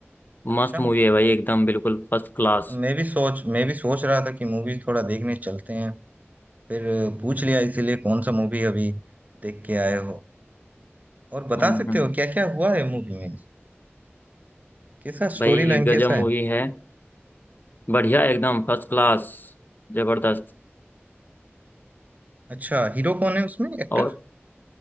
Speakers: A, on the right; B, on the left.
A: अच्छा
B: मस्त मूवी है भाई एकदम बिल्कुल फर्स्ट क्लास
A: मैं भी सोच मैं भी सोच रहा था कि मूवीज थोड़ा देखने चलते हैं फिर अ, पूछ लिया इसीलिए कौन सा मूवी अभी देख के आए हो और बता
B: हम्म
A: सकते
B: हम्म
A: हो क्या क्या हुआ है मूवी में कैसा स्टोरी
B: भाई
A: लाइन
B: गजब
A: कैसा
B: मूवी
A: है
B: है बढ़िया एकदम फर्स्ट क्लास जबरदस्त
A: अच्छा हीरो कौन है उसमें एक्टर
B: और